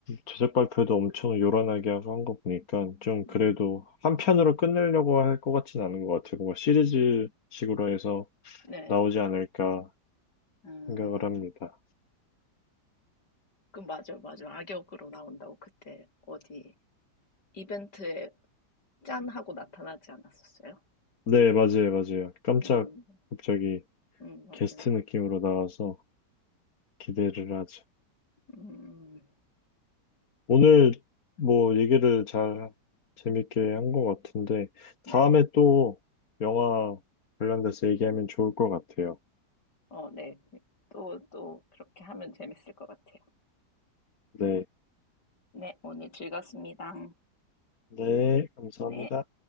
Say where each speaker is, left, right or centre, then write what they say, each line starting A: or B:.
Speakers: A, on the left; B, on the left.
A: 제작 발표도 엄청 요란하게 하고 한 거 보니까 좀
B: 음,
A: 그래도 한 편으로 끝내려고 할 것 같진 않은 것 같아요. 뭔가 시리즈식으로 해서
B: 네.
A: 나오지 않을까
B: 음,
A: 생각을 합니다.
B: 그, 맞아, 맞아. 악역으로 나온다고 그때 어디 이벤트에 짠 하고 나타나지 않았었어요.
A: 네, 맞아요, 맞아요. 깜짝
B: 음,
A: 갑자기
B: 음, 맞아요.
A: 게스트 느낌으로 나와서 기대를 하죠.
B: 음,
A: 오늘 뭐 얘기를 잘 재밌게 한 것 같은데
B: 네.
A: 다음에 또 영화 관련돼서 얘기하면 좋을 것 같아요.
B: 어, 네. 또, 또, 그렇게 하면 재밌을 것 같아요.
A: 네,
B: 네, 오늘 즐거웠습니다.
A: 네, 감사합니다.
B: 네.